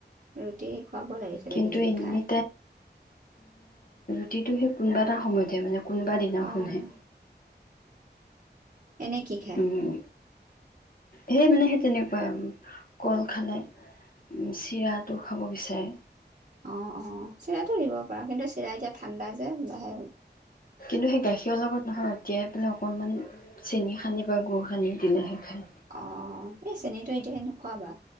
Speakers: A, on the right (about 45°); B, on the left (about 50°).
A: ৰুটি খুৱাব লাগিছিলে
B: কিন্তু
A: সি ', যদি
B: এনি
A: খায়।
B: প্ৰতিটো সেই কোনবা এটা সময়তে মানে, - কোনবা দিনাখনহে,
A: অঁ এনে কি খায়?
B: উম সেই মানে সেই তেনেকুৱা কল খালে। চিৰাটো খাব বিচাৰে।
A: অ', - অ', চিৰাটো দিব পাৰা। কিন্তু চিৰা এতিয়া ঠাণ্ডা যে', বাহে
B: কিন্তু সেই গাখীৰৰ লগত নহয়, তিয়াই পেলাই অকনমানি, - চেনি সানি বা গুৰ সানি দিলেহে, খায়
A: অঁ। এই চেনীতো এতিয়াই নোখোৱাবা।